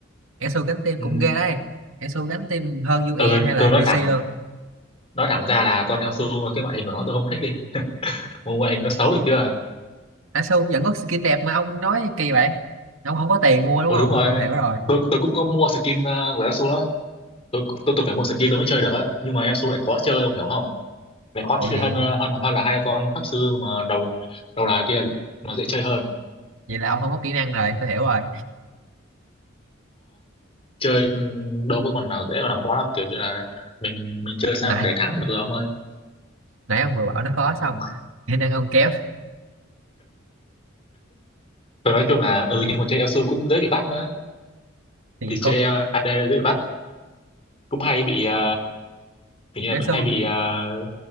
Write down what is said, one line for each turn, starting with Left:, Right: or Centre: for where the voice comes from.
Right: Elsu cánh tim
Left: ừ,
Right: cũng ghê đấy Elsu cánh tim hơn u e
Left: ừ
Right: hay là
Left: tôi nói
Right: rê xê
Left: thẳng
Right: luôn
Left: nói thẳng ra là con Elsu cái ngoại hình của nó tôi không thích đi Một ngoại hình nó xấu được chưa
Right: á su vẫn có skin đẹp mà ông nói kỳ vậy ông không có tiền mua đúng
Left: ừ
Right: không
Left: đúng rồi
Right: tôi hiểu rồi
Left: tôi, tôi cũng có mua skin ờ, của Elsu đó tôi, tôi tôi phải mua skin tôi mới chơi được á nhưng mà Elsu lại khó chơi ông hiểu không lại khó
Right: ủa
Left: chơi
Right: vậy
Left: hơn ờ, hơn hơn là hai con pháp sư mà đầu đầu là kia nó dễ chơi hơn
Right: vậy là ông không có kỹ năng rồi tôi hiểu rồi
Left: chơi ừ, đâu có còn nào dễ còn nào khó lắm kiểu như là mình mình chơi sao
Right: nãy
Left: mà để thắng được rồi ông ơi
Right: nãy ông vừa bảo nó khó xong
Left: Ừ.
Right: <laughs> kỹ năng ông kém
Left: Rồi nói chung là ừ nhưng mà chơi Elsu cũng dễ bị bắt nữa
Right: thì
Left: thì chơi
Right: có
Left: AD dễ bị bắt cũng hay bị ờ, kiểu như là
Right: á su
Left: hay bị ờ,